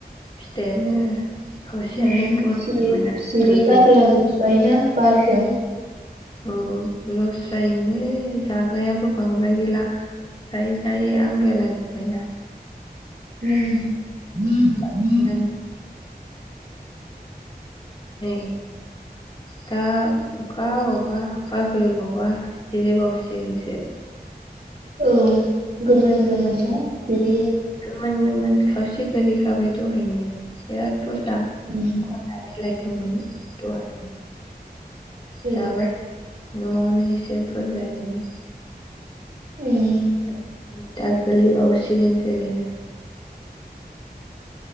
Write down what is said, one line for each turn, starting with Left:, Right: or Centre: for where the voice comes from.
Left: फिथाइयानो खावसेयानो
Right: उम
Left: गोमोनदोंमोन
Right: सिरि
Left: आरो
Right: सिरि
Left: गोग्लै
Right: गारलाजोनबाय ना? बारजों।
Left: उम लस जायोनो जाग्रायाबो बांद्राय गैला जायै जायै आंगायला जोब्बायना।
Right: उम। <inaudible>
Left: बानायनानै नै दा अखा हाबावबा बार फैबावबा सिरिबावसिगोनसो।
Right: औ गोमोन गोमोन ना सिरियो।
Left: गोमोन गोमोन खावसे गोलैखाबाय दहायनो बिराद बुरजा
Right: उम
Left: खननानै लायदोंमोन दहायो।
Right: उम।
Left: जाबाय न'आवनो इसे बुरजायैनो
Right: उम
Left: ओमफाय दा गोलै बावसिगोनसो बियो।